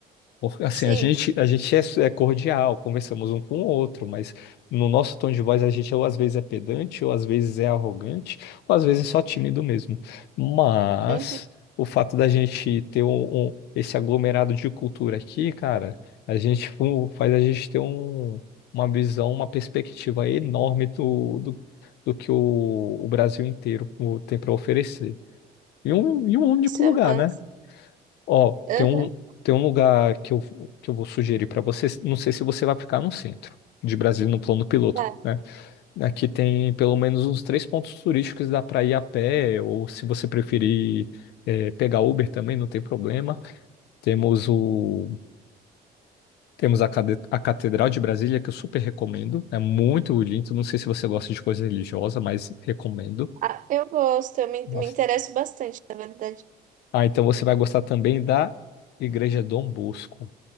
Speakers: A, on the left; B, on the right.
A: Porque, Assim,
B: Sim,
A: a gente, a gente é, é cordial, conversamos um com o outro, mas no nosso tom de voz a gente ou às vezes é pedante, ou às vezes é arrogante, ou às vezes é só tímido mesmo. Mas
B: uhum,
A: o fato da gente ter um, um- esse aglomerado de cultura aqui, cara, a gente fu- faz a gente ter um, uma visão, uma perspectiva enorme do, do, do que o, o Brasil inteiro o- tem para oferecer. E um, e um único
B: isso
A: lugar,
B: é massa.
A: né? Ó,
B: Aham,
A: tem um, tem um lugar que eu, que eu vou sugerir para você. Não sei se você vai ficar no centro de Brasília, no plano piloto,
B: tá.
A: né? Aqui tem pelo menos uns três pontos turísticos, dá para ir a pé, ou se você preferir eh, pegar Uber também, não tem problema. Temos o, temos a, cade- a Catedral de Brasília, que eu super recomendo. É muito bonito. Não sei se você gosta de coisa religiosa, mas recomendo.
B: Ah, eu gosto, eu me,
A: Nossa.
B: me interesso bastante, na verdade.
A: Ah, então você vai gostar também da Igreja Dom Bosco.